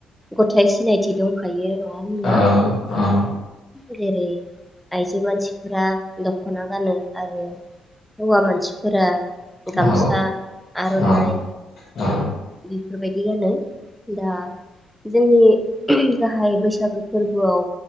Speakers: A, in the centre; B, on the left (about 60°).
A: गथाय सिनायथि दंखायो। नङा होमब्ला?
B: औ औ।
A: जेरै आइजो मानसिफोरा दख'ना गानो। आरो हौवा मानसि फोरा गामसा
B: औ
A: आर'नाइ
B: औ औ
A: बेफोरबायदियानो दा जोंनि गाहाय बैसागो फोरबोआव